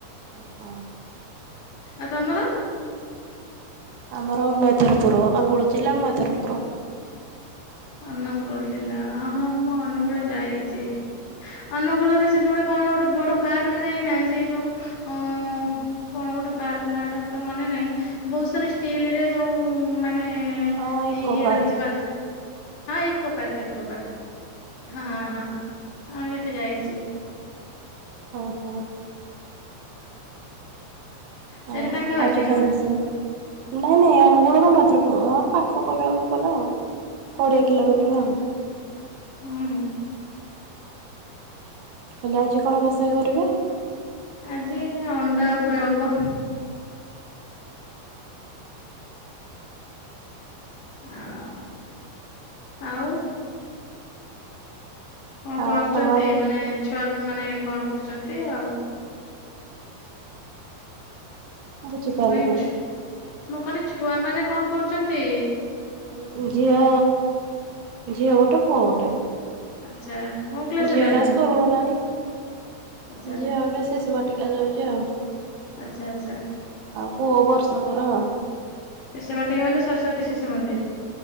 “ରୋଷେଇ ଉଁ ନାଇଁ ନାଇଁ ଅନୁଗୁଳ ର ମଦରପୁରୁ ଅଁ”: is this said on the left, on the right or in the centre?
Right